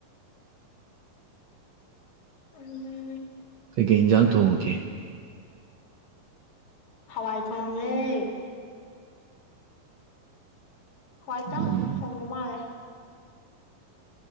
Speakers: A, on the left; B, on the right.
A: ꯎꯝ <unintelligible>
B: ꯀꯩꯀꯩ ꯏꯟꯖꯥꯡ ꯊꯣꯡꯉꯒꯦ
A: ꯍꯋꯥꯏ ꯊꯣꯡꯉ‌ꯦ꯫ ꯍꯋꯥꯏꯇꯪ
B: ꯎꯝ
A: ꯊꯣꯡꯕ ꯃꯥꯜꯂꯦ